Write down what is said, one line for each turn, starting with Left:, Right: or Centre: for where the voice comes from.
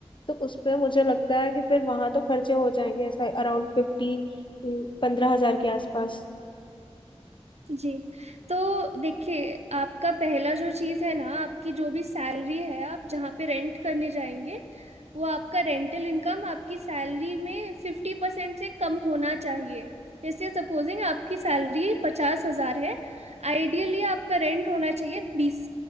Left: तो उस पर मुझे लगता है कि फिर वहां तो खर्चे हो जाएंगे ऐसा अराउंड फिफ्टी पंद्रह हजार के आसपास
Right: जी तो देखिए आपका पहला जो चीज़ है ना आपकी जो भी सैलरी है आप जहाँ पे रेंट करने जाएंगे वो आपका रेंटल इनकम आपकी सैलरी में फिफ्टी परसेंट से कम होना चाहिए जैसे सपोजिंग आपकी सैलरी पचास हजार है आइडियली आपका रेंट होना चाहिए बीस